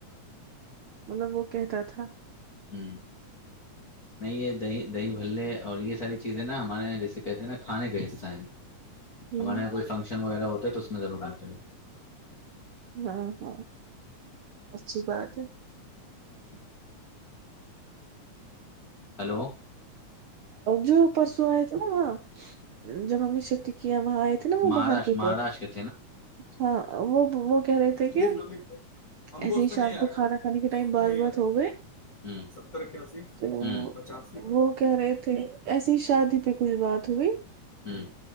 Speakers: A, on the right (about 70°); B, on the left (about 30°).
A: مطلب وہ کہتا تھا
B: ہوں نہیں یہ دہی دہی بھلے اور یہ ساری چیزیں نا ہمارے یہاں جیسے کہتے ہیں نا کھانے کا حصہ ہیں
A: ہوں
B: ہمارے یہاں کوئی فنکشن وغیرہ ہوتا ہے تو اس میں ضرور آتے ہے
A: ہاں ہاں اچھی بات ہے
B: <inaudible> ہیلو
A: جو پرسو آیے تھے نا یہاں سب ہم نے شف سافٹ کیا وہاں آئے تھے نا وہ
B: مہاراشٹر
A: باہر کے
B: مہاراشٹر کے
A: ہاں وہ وہ کہہ رہے تھے کہ
B: لکھ لو لکھ لو ہم
A: ایسے
B: کو اس
A: ہی
B: پہ
A: شام
B: نہیں آئے
A: کو
B: گا
A: کھانا کھانے کے ٹائم
B: اس
A: بات
B: پہ نہیں
A: بات
B: آئے گا
A: ہو گئے
B: ستر اکیاسی
A: تو
B: پچاسی
A: وہ کہہ رہے تھے ایسی ہی شادی پہ کچھ بات ہوئی
B: ہوں